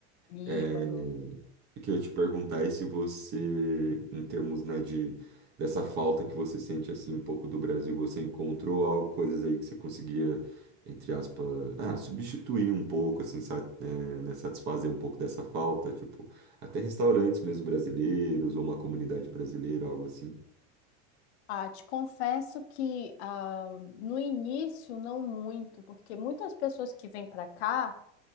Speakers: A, on the left; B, on the right.
A: Líbano.
B: É, Eu queria te perguntar é se você, em termos, né, de dessa falta que você sente assim um pouco do Brasil, você encontrou algo, coisas aí que você conseguia, entre aspas, ah, substituir um pouco, assim, sa- né, né, satisfazer um pouco dessa falta, tipo, até restaurantes mesmo brasileiros ou uma comunidade brasileira, algo assim.
A: Ah, te confesso que ah, no início não muito, porque muitas pessoas que vêm para cá,